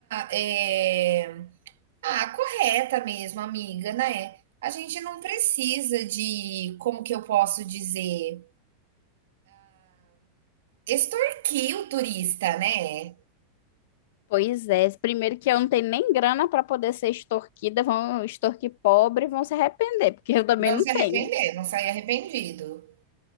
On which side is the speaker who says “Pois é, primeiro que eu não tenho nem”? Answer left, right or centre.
Left